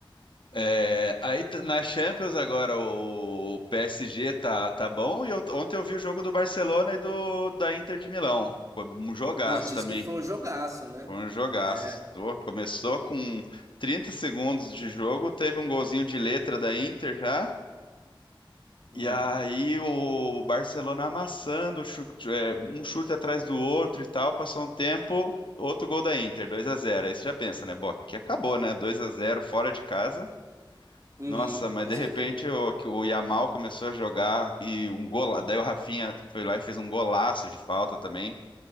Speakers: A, on the left; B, on the right.
A: é, aí t- na Champions agora o PSG tá, tá bom. E eu- ontem eu vi o jogo do Barcelona e do da Inter de Milão. Foi um jogaço
B: Não, disse
A: também.
B: que foi um jogaço, né?
A: Foi um jogaço.
B: É.
A: Tô- Começou com 30 segundos de jogo, teve um golzinho de letra da Inter já.
B: Hum.
A: E aí o Barcelona amassando, chu- é, um chute atrás do outro e tal. Passou um tempo, outro gol da Inter, dois a zero Aí você já pensa, né? Bom, que acabou, né? dois a zero fora de casa.
B: Uhum,
A: Nossa, mas
B: com
A: de
B: certeza.
A: repente o, que o Yamal começou a jogar e um gola, daí o Rafinha foi lá e fez um golaço de falta também.